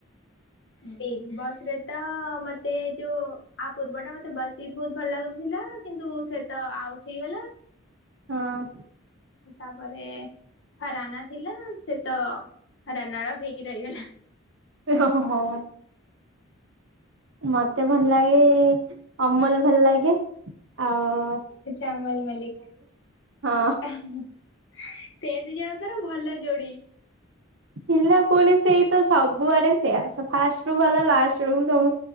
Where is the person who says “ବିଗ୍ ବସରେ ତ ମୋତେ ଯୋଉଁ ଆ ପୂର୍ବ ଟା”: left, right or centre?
Left